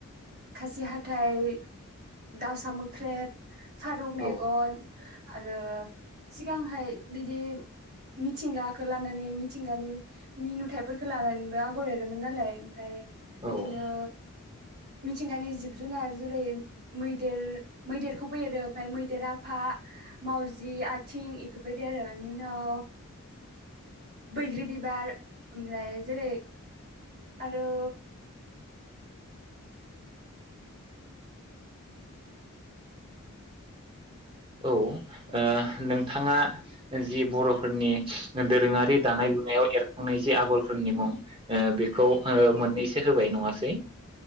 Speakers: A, on the right; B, on the right.
A: खासि हाथाइ दाउसा मोख्रेब फारौ मेगन
B: औ
A: आरो सि गांहाय बिदि मिथिंगाखो लानानै मिथिंगानि नि नुथाइफोरखो लानानैबो आगर एरोमोन नालाय ओमफ्राय
B: औ
A: इदिनो
B: औ
A: मिथिंगानि जिब जुनार जेरै मैदेर मैदेरखौ बो एरो आमफाय मैदेरा आफा मावजि आथिं इफोरबायदि आरो इनि उनाव बैग्रि बिबार ओमफ्राय जेरै आरो
B: औ ओ नोंथाङा जि बर'फोरनि दोरोङारि दानाय लुनायाव एरखांनाय जि आगरफोरनि मुं ओ बेखौ ओ मोननैसो होबाय नङासै?